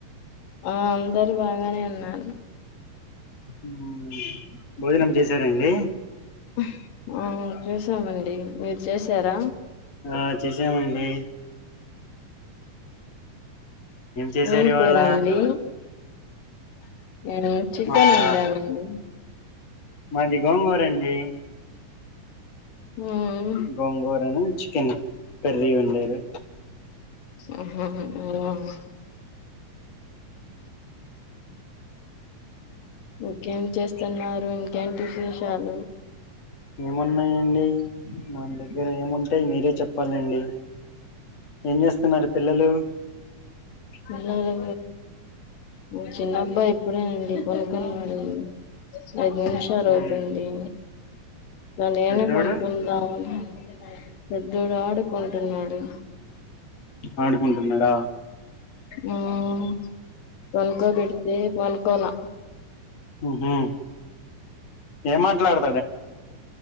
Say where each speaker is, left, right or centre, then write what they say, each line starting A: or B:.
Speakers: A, on the left (about 90°); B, on the left (about 40°).
A: ఆ అందరు బాగానే ఉన్నారు
B: ఉ భోజనం చేశారండి
A: అహ్ ఆ చేసామండి మీరు చేసారా
B: ఆ చేసామండి చేసారు
A: ఏం
B: ఇవాళ
A: కూర అండి ఏ చికెన్
B: మాదా
A: ఒండాము అండి
B: మాది గోంగూర అండి
A: మ్మ్
B: గోంగూరనే చి తిను కర్రి వండారు
A: ఉహు ఉ ఒకే ఏం చేస్తున్నారు ఇంకేటి విశేషాలు
B: ఏమున్నాయండి మనదగ్గర దగ్గర ఏముటాయి మీరే చెప్పాలండి ఎంచేస్తున్నారు పిల్లలు
A: పిల్లలు ఉ చిన్నబ్బాయి ఇప్పుడేనండీ పడుకున్నాడు ఐదు నిమిషాలు
B: మ్
A: అవుతుంది నన్నీయ్యండి
B: పెద్దోడు
A: కొనుకుందాము ఏ కాదు అండి పెద్దోడు ఆడుకుంటున్నాడు
B: ఆడుకుంటున్నాడా
A: ఉమ్ పండుకొబెడితే పడుకోలే
B: ఉహుమ్ ఏ మాట్లాడు